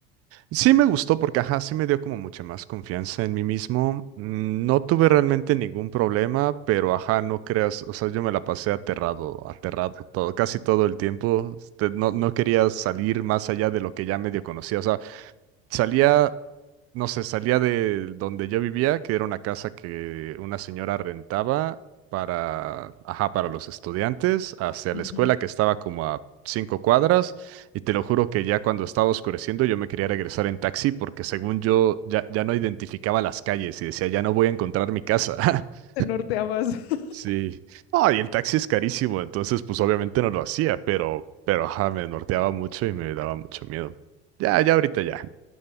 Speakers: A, on the right; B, on the left.
A: Sí me gustó porque, ajá, sí me dio como mucha más confianza en mí mismo. Mm, No tuve realmente ningún problema, pero, ajá, no creas, o sea, yo me la pasé aterrado, aterrado todo, casi todo el tiempo. Este, no, no quería salir más allá de lo que ya medio conocía. O sea, salía no sé, salía de donde yo vivía, que era una casa que una señora rentaba para, ajá, para los estudiantes, hacia
B: Ujú.
A: la escuela que estaba como a cinco cuadras, y te lo juro que ya cuando estaba oscureciendo yo me quería regresar en taxi porque según yo ya, ya no identificaba las calles y decía, ya no voy a encontrar mi casa. <laughs>
B: Te norteabas. <laughs>
A: Sí. No, y el taxi es carísimo, entonces pues obviamente no lo hacía, pero, pero ajá, me norteaba mucho y me daba mucho miedo. Ya, ya ahorita ya,